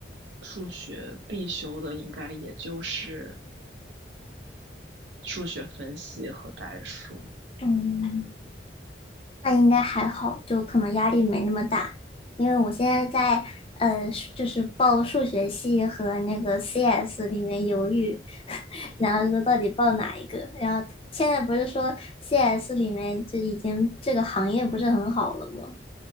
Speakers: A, on the right; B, on the left.
A: 数学必修的应该也就是数学分析和代数。
B: 嗯，那应该还好，就可能压力没那么大，因为我现在在呃，就是报数学系和那个 CS 里面犹豫，<laughs> 然后说到底报哪一个。然后现在不是说 CS 里面就已经这个行业不是很好了吗？